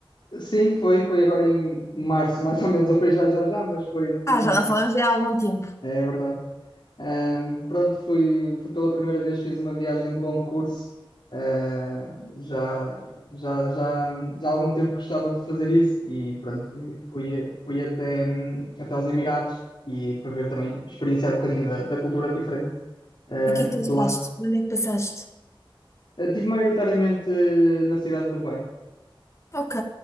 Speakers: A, on the left (about 60°); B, on the left (about 30°).
A: sim, foi, foi agora em março, <laughs> mais ou menos, ou foi já já já, mas foi, foi
B: Ah,
A: em março,
B: já não falamos há algum tempo.
A: é verdade. Ahm, pronto, fui, fui pela primeira vez, fiz uma viagem de longo curso. Ah, já, já, já, já há algum tempo gostava de fazer isso e pronto, fui, fui, fui até, hum, até os Emirados e para ver também, experienciar um bocadinho da, da cultura diferente, ah,
B: E o que é que tu
A: de
B: achaste?
A: lá.
B: Onde é que passaste?
A: Ah, tive maioritariamente eh, na cidade de Dubai.
B: Ok,